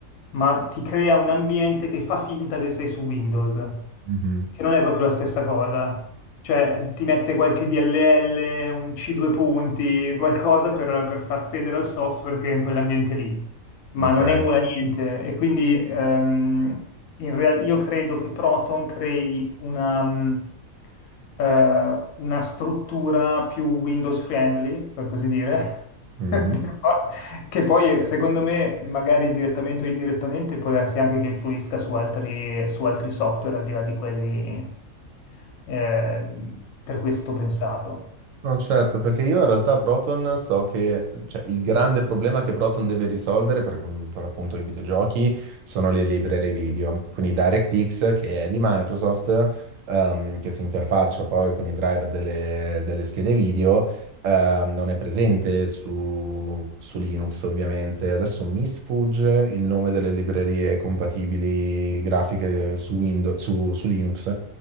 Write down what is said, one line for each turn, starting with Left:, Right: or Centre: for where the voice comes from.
Left: ma ti crea un ambiente che fa finta che sei su Windows
Right: Mhm,
Left: che non è proprio la stessa cosa. Cioè, ti mette qualche DLL, un C2 punti, qualcosa per, per far credere al software che è in quell'ambiente lì, ma
Right: Ok.
Left: non emula niente. E quindi ehm, in real- io credo che Proton crei una, mh, eh, una struttura più Windows friendly, per così dire,
Right: Mhm.
Left: <laughs> di- che poi, secondo me, magari direttamente o indirettamente, può darsi anche che influisca su altri, su altri software, al di là di quelli eh, per cui è stato pensato.
Right: No, certo, perché io in realtà Proton so che cioè, il grande problema che Proton deve risolvere per, mhmm, per appunto i videogiochi sono le librerie video, quindi DirectX che è di Microsoft, ehm, che si interfaccia poi con i driver delle, delle schede video, ehm, non è presente su, su Linux ovviamente. Adesso mi sfugge il nome delle librerie compatibili grafiche su Windows, su su Linux.